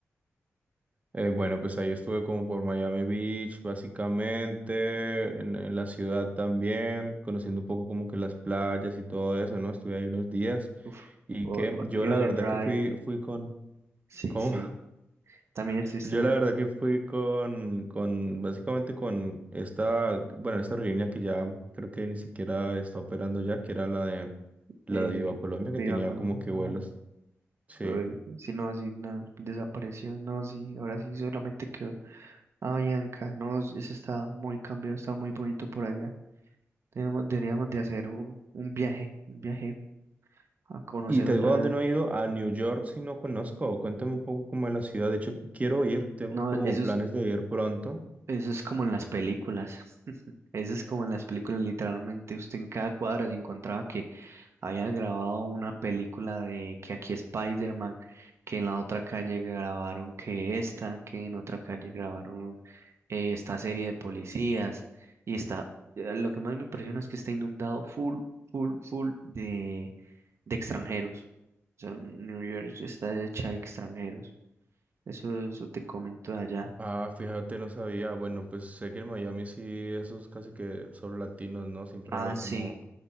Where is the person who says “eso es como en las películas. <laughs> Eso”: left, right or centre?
Right